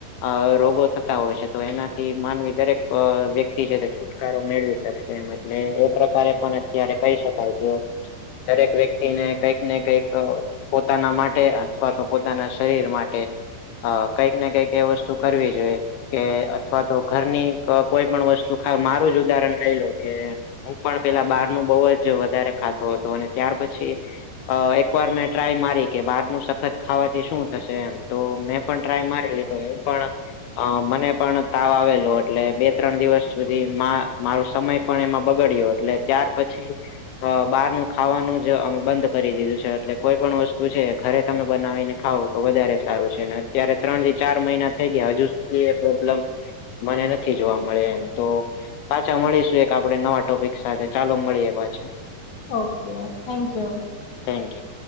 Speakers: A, on the left (about 75°); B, on the left (about 55°).
A: અહ રોગો થતા હોય છે. તો એનાથી માનવી દરેક અહ વ્યક્તિ છે તે છૂટ ટકારો મેળવી શકશે એમ. એટલે એ પ્રકારે પણ અત્યારે કહી શકાય કે દરેક વ્યક્તિને કંઈક ને કંઈક અહ પોતાના માટે અથવા તો પોતાના શરીર માટે અહ કંઈક ને કંઈક એ વસ્તુ કરવી જોઈએ. કે અથવા તો ઘરની કોઈ પણ વસ્તુ ખાવ, મારું જ ઉદાહરણ લઈ લો કે હું પણ પેલા બહારનું બહુ જ વધારે ખાતો હતો. અને ત્યાર પછી અહ એકવાર મેં ટ્રાય મારી કે બહારનું સખત ખાવાથી શું થશે એમ. તો મે પણ ટ્રાય મારેલી. તો હું પણ અહ મને પણ તાવ આવેલો. એટલે બે ત્રણ દિવસ સુધી મા મારો સમય પણ એમાં બગડ્યો એટલે ત્યાર પછી અહ બહારનુ ખાવાનું જ અમે બંધ કરી દીધું છે. એટલે કોઈ પણ વસ્તુ છે એ ઘરે તમે બનાવીને ખાવ. તો વધારે સારું છે. ને અત્યારે ત્રણ થી ચાર મહિના થઈ ગયા, હજુ સુધી એ પ્રોબ્લેમ મને નથી જોવા મળે એમ. તો પાછા મળીશું એક આપણે નવા ટોપિક સાથે, ચાલો મળીએ પાછા.
B: Okay, thank you.
A: Thank you.